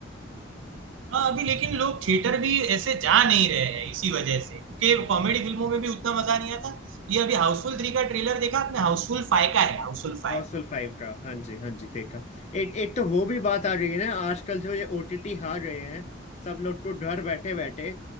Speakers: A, on the right; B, on the left.
A: हाँ, अभी लेकिन लोग थिएटर भी ऐसे जा नहीं रहे हैं इसी वजह से क्योंकि कॉमेडी फिल्मों में भी उतना मजा नहीं आता ये अभी हाउसफुल थ्री का ट्रेलर देखा आपने हाउसफुल फाइव का है हाउसफुल फाइव
B: हाउसफुल फाइव का हाँ जी हाँ जी देखा एक एक तो वो भी बात आ रही है ना आजकल जो ये ओटीटी आ रहे हैं सब लोग को घर बैठे बैठे